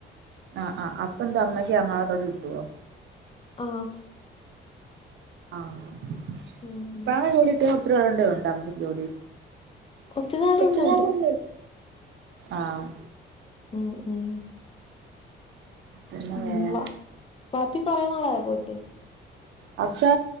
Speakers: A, on the right; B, on the left.
A: ആഹ് ആഹ് അപ്പെന്താ അമ്മക്ക് എറണാകുളത്തോട്ട് കിട്ടുവോ?
B: ആഹ്
A: ആഹ്
B: ഉം
A: ഇപ്പാണോ ജോലികിട്ടാ ഒത്തിരിനാള് കൊണ്ടേ ഒണ്ട അമ്മക്ക് ജോലി.
B: ഒത്തിരി നേരം
A: കൊച്ചുങ്ങളൊക്കെ
B: ഉണ്ടുണ്ട്
A: എന്തെ ആഹ്
B: ഉം ഉം
A: പിന്നെ
B: ഉം
A: വേറെ
B: വ വാപ്പി കൊറെ നാളായ പോയിട്ട്
A: പക്ഷേ